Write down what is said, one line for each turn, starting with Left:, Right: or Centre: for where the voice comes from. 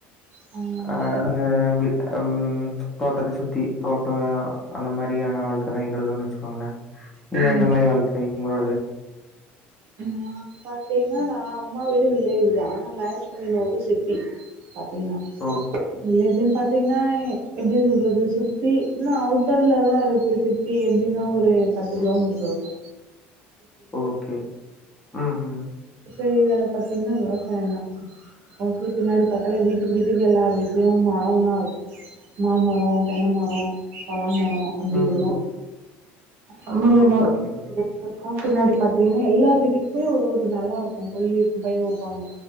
Right: ஆ ஆ
Centre: அ இங்க <unintelligible> ம் தோட்டத்த சுத்தி தோட்டோ அந்த மாதிரியான வாழ்க்க தா எங்களுதுன்னு வச்சுக்கோங்ளே நீங்க
Right: ம்
Centre: எந்த மாதிரி வாழ்க்கை உங்களோடது
Right: நா பாத்தீங்கன்னா நா அம்மா வீடு வில்லேஜ் தா நா மேரேஜ் பண்ணின ஊரு சிட்டி பாத்தீங்கன்னா
Centre: ஓ!
Right: வில்லேஜு பாத் பாத்தீங்கன்னா எப்டி சொல்றது சுத்தி இன்னு அவுட்டர்ல தாருக்கு சிட்டி எப்டின்னா ஒரு பத்து கிலோமீட்டருருக்கு
Centre: ஓகே ம் ம்
Right: இருக்க ஏரியால பாத்தீங்கன்னா விவசாயோந்தா <unintelligible> பின்னாடி பாத்தாலே வீட்டுக்கு வீட்டுக்கு எல்லாரு வீட்லயு மரந் தா இருக்கு மாமரோ தென்ன மரோ பலா மரோ அப்டி
Centre: ம், ம்.
Right: இருக்கும் <unintelligible>
Centre: ஓ! Okay, okay.
Right: பின்னாடி பாத்தீங்கன்னா எல்லாத் <unintelligible> போய் ஒரு ஒரு நல்லா இருக்கு கொல்லிருக்கு பயர் வப்பாங்க